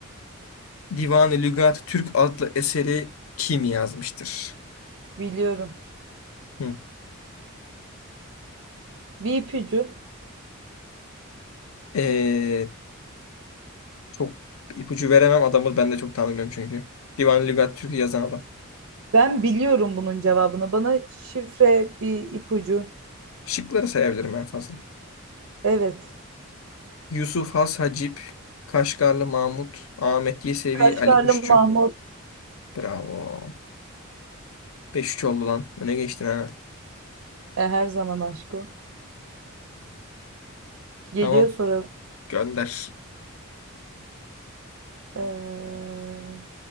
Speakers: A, on the left (about 75°); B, on the right (about 80°).
A: Divan-ı Lügat Türk adlı eseri kim yazmıştır?
B: Biliyorum.
A: Hı.
B: Bir ipucu.
A: Ee, Çok ipucu veremem adamı ben de çok tanımıyorum çünkü. Divan Lügat Türk'ü yazan adam.
B: Ben biliyorum bunun cevabını. Bana şifre bir ipucu.
A: Şıkları sayabilirim en fazla.
B: Evet.
A: Yusuf Has Hacip, Kaşgarlı Mahmut, Ahmet Yesevi,
B: Kaşgarlı
A: Ali Kuşçu.
B: Mahmut.
A: Bravo. Beş 3 oldu lan. Öne geçtin ha.
B: E, her zaman aşk o. Geliyor
A: Tamam.
B: sonra.
A: Gönder.
B: Ee,